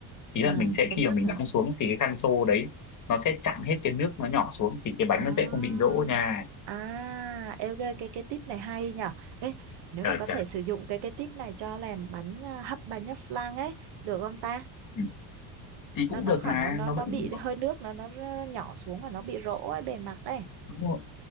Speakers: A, on the left; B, on the right.
A: ý
B: à
A: là mình sẽ
B: cái
A: khi
B: nắp
A: mà mình
B: hả
A: đóng xuống thì cái khăn xô đấy nó sẽ chặn hết cái nước nó nhỏ xuống thì cái bánh
B: À,
A: nó sẽ không bị dỗ nha
B: à, ê, ok, cái cái tip này hay nhở. Ê, nếu
A: trời
B: mà có
A: trời
B: thể sử dụng cái cái tip này cho làm bánh à, hấp bánh nhấp flan ấy, được không ta?
A: ừ. thì
B: Nó
A: cũng
B: nó
A: được
B: khỏi
A: mà
B: nó nó
A: nó
B: nó
A: vẫn
B: bị hơi nước nó nó, nó nhỏ xuống và nó bị rỗ ấy, bề mặt ấy,
A: đúng rồi.